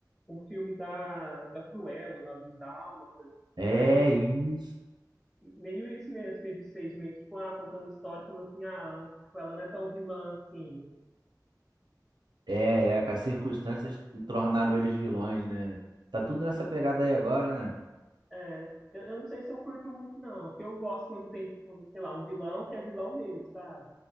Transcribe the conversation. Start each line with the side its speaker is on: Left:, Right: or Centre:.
Centre: um filme da, da Cruella, lá dos Dálmatas.
Right: É
Centre: É, vai, é meio,
Right: isso.
Centre: meio isso mesmo, que eles fez, meio que, tipo, ah, contando história, falando assim, ah, tipo, ela não é tão vilã assim.
Right: É, é, que as circunstâncias tornaram eles vilões, né? Tá tudo nessa pegada aí agora, né?
Centre: É, eu, eu não sei se eu curto muito, não, porque eu gosto quando tem, tipo, sei lá, um vilão que é vilão mesmo, sabe?